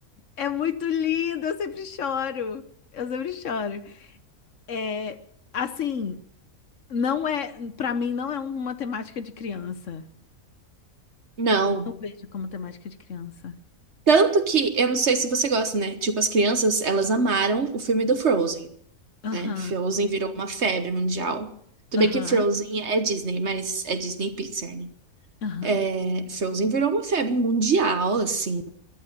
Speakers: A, on the left (about 60°); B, on the right (about 50°).
A: É muito lindo, eu sempre choro. Eu sempre choro. É, assim, não é, para mim não é uma temática de criança.
B: Não.
A: Não vejo como temática de criança.
B: Tanto que, eu não sei se você gosta, né? Tipo, as crianças, elas amaram o filme do Frozen,
A: Aham.
B: né? Frozen virou uma febre mundial. Tudo
A: Aham.
B: bem que Frozen é Disney, mas é Disney Pixar, né?
A: Aham.
B: É, Frozen virou uma febre mundial, assim.